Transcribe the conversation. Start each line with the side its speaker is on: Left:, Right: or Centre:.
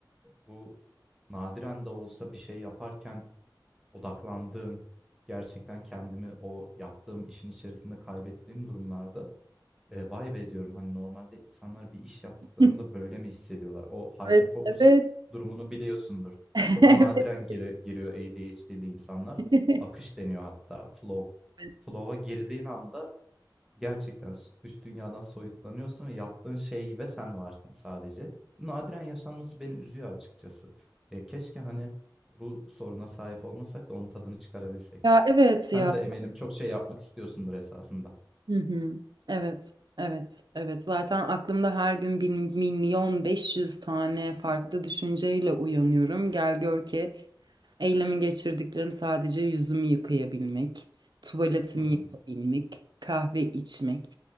Centre: bu nadiren de olsa bir şey yaparken odaklandığım gerçekten kendimi o yaptığım işin içerisinde kaybettiğim durumlarda e, vay be diyorum hani normalde insanlar bir iş yaptıklarında
Right: <laughs>
Centre: böyle mi hissediyorlar? O hyper
Right: Evet,
Centre: focus
Right: evet.
Centre: durumunu biliyorsundur.
Right: <laughs>
Centre: Çok
Right: Evet.
Centre: nadiren gire- giriyor ADHD'li insanlar.
Right: <laughs>
Centre: Akış deniyor hatta flow
Right: Evet.
Centre: flow'a girdiğin anda Gerçekten s- dış dünyadan soyutlanıyorsun ve yaptığın şey ve sen varsın sadece. Nadiren yaşanması beni üzüyor açıkçası. E, keşke hani bu soruna sahip olmasak da onun tadını çıkarabilsek.
Right: Ya evet
Centre: Sen
Right: ya.
Centre: de eminim çok şey yapmak istiyorsundur esasında.
Right: Hı hı. Evet. Evet. Evet. Zaten aklımda her gün bir milyon beş yüz tane farklı düşünceyle uyanıyorum. Gel gör ki eylemi geçirdiklerim sadece yüzümü yıkayabilmek, tuvaletimi
Centre: Hı hı.
Right: yapabilmek, kahve içmek.